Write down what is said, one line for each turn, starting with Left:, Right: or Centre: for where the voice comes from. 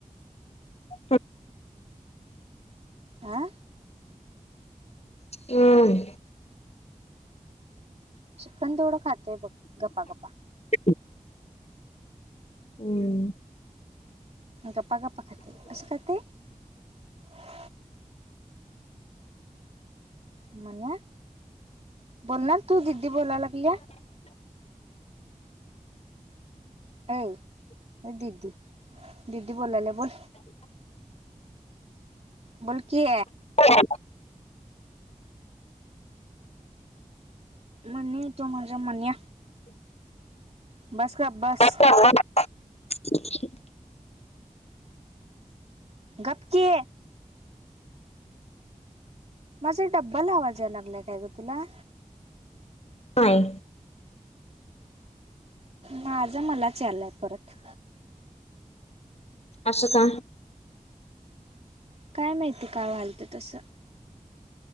Left: हम्
Right: आं
Left: हम्म
Right: चिकन तेवड खातय बग गपा गपा
Left: आ आ हम्म
Right: गपा गपा खातय कस खातय ह ह म्हण बोल ना तू दिदी बोलाय लागल्या आय दीदी दीदी बोलाय लागल्या बोल बोलकी
Left: हो
Right: मण्या हाय तो माझा मण्या बस का बस
Left: ह अ्
Right: गपकी माझा डब्बल आवाज यायलागलाय काय ग तुला
Left: नाही
Right: माझं मलाच यालाय परत
Left: आस का
Right: काय माहिती काय व्हालत तसं